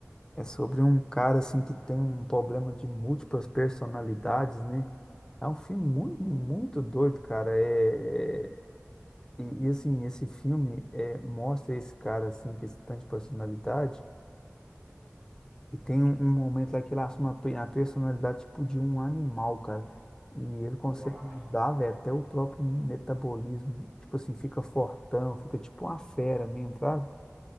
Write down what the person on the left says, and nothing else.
é sobre um cara assim que tem um problema de múltiplas personalidades, né? É um filme muito,
muito doido, cara. É, é- e, e, assim, esse filme é, mostra esse cara assim que esse tanto de personalidade. E tem um, um momento lá que ele assume a, pe- a personalidade tipo de um animal, cara. E ele consegue
mudar, velho, até o próprio metabolismo. Tipo assim, fica fortão, fica tipo uma fera
mesmo, fraga.